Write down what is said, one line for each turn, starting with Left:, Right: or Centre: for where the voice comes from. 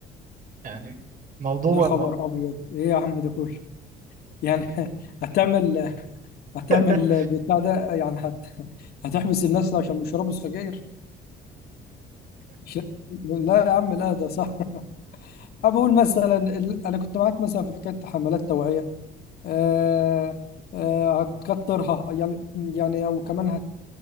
Right: يعني موضوع
Left: يا خبر
Right: الم...
Left: ابيض ايه يا عم ده كله يعني <laughs> هتعمل هتعمل
Right: <laughs>
Left: بتاع ده يعني هت... هتحبس الناس عشان بيشربوا السجاير مش... لا يا عم لا ده صح <laughs> أنا بقول مثلا ال... انا كنت معاك مثلا في حكايه حملات توعيه آه... آه... هتكترها يعني يعني او كمان هت...